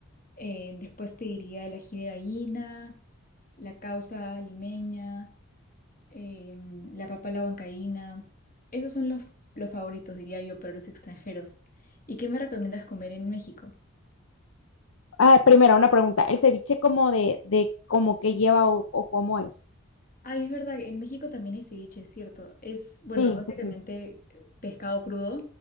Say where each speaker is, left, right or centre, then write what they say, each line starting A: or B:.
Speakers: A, on the left; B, on the left.
A: Eh, después te diría el ají de gallina, la causa limeña. em, la papa a la huancaína. Esos son los, los favoritos, diría yo, para los extranjeros. ¿Y qué me recomiendas comer en México?
B: Ah, primero, una pregunta, ¿el ceviche como de, de como que lleva o, o cómo es?
A: Ay, es verdad, en México también hay ceviche, es cierto. Es, bueno,
B: Sí,
A: básicamente
B: sí, sí.
A: eh, pescado crudo